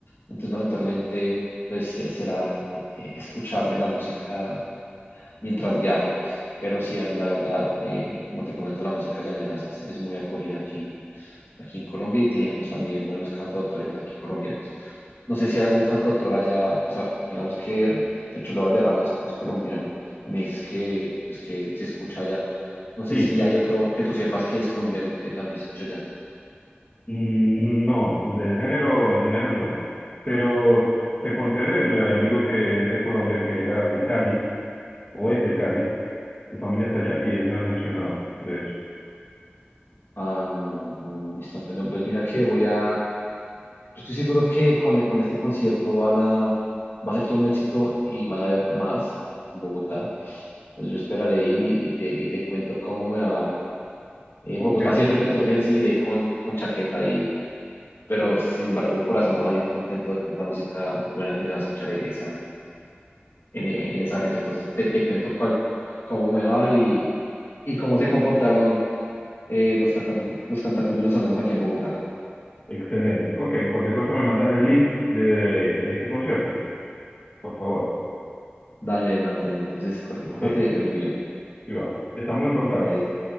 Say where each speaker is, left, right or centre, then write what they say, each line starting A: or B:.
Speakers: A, on the left; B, on the left.
A: entonces lamentablemente pues eh, será eh, eh, escucharme la música mientras viajo. Pero sí, em, la verdad, eh, como te comento, la música llanera es, es muy acogida aquí, aquí en Colombia y tenemos también buenos cantautores aquí colombianos. No sé si hay algún cantautor allá, pues a- digamos que el Cholo Valderrama es, es colombiano y me dices que, pues, que se escucha allá. No sé
B: Sí,
A: si hay otro que tú sepas que es colombiano que también se escucha allá.
B: Mm, no, de género general no. Pero te conté del amigo que es de Colombia, que era de Cali, o es de Cali, su familia está allá, y él me ha mencionado de eso.
A: Ah, no, no, listo, Antonio. Pues mira que voy a, Yo estoy seguro que con, con este concierto van a, va a ser todo un éxito y van a haber más en Bogotá. Entonces yo esperaré ir y, y te, y te cuento cómo me va. En
B: Ok,
A: Bogotá hace frío, entonces iré con, con chaqueta y, pero sin embargo el corazón va a salir contento de tanta música buena que se va a escuchar esa, en, en,
B: ex-
A: en esa fecha. Entonces te, te cuento cuál, cómo me va y, y cómo se comportaron eh, los cantantes, los cantantes venezolanos aquí en Bogotá.
B: excelente. Ok, cualquier cosa me mandas el link de ese concierto, por favor.
A: Dale de una, Antonio. Entonces cualquier
B: Ok,
A: cosa te, te lo envío.
B: y vamos. Estamos en contacto.
A: Vale.